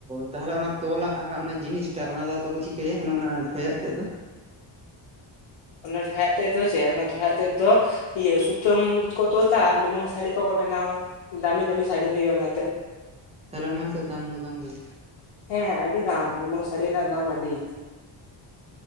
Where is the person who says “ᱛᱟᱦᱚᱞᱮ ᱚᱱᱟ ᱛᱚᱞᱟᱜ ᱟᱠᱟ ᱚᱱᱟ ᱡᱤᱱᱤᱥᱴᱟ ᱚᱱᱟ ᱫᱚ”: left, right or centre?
Right